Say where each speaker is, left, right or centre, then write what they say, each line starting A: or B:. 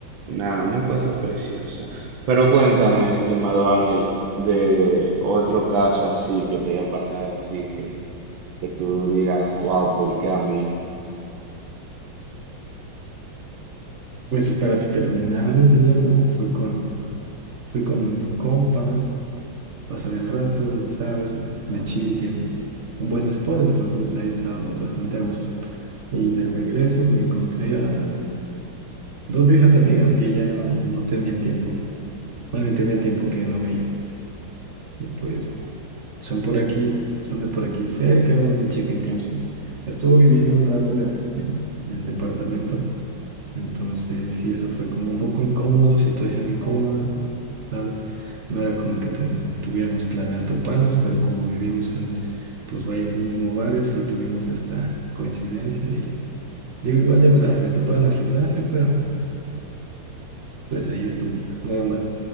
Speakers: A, on the right (about 70°); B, on the right (about 40°).
A: una, una cosa preciosa. Pero cuéntame, estimado Ángel, de otro caso así que te haya pasado así que, que tú digas, wow, ¿por qué a mí?
B: Pues y para terminar el día, ¿no? fui con, fui con mi compa, pasar el rato, ya sabes, de chill tiene un buen spot, entonces ahí estábamos bastante a gusto. Y de regreso me encontré a dos viejas amigas que ya no tenía tiempo, más bien tenía tiempo que no veía. Y pues son por aquí, son de por aquí cerca, una chica incluso. Estuvo viviendo un rato en, en el departamento, entonces sí, eso fue como un poco incómodo, situación incómoda, ¿sabes? No era como que ten- tuviéramos planeado toparnos, pero como vivimos en, pues vaya, el mismo barrio, sí tuvimos esta coincidencia y digo, igual ya me las había topado en el gimnasio, pero... pues ahí estuvo, nada más.